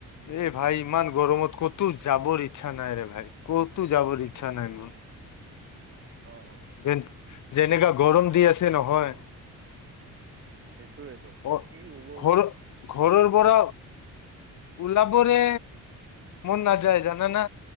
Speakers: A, on the left; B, on the right.
A: এ ভাই ইমান গৰমত ক'তো যাবৰ ইচ্ছা নাই ৰে ভাই ক'তো যাবৰ ইচ্ছা নাই মোৰ।
B: অ অ
A: যেন যেনেকা গৰম দি আছে নহয়।
B: হেইটোৱেটো,
A: অ
B: কি হব?
A: ঘৰ ঘৰৰ পৰা ওলাবৰে মন নাযায়। জানানা?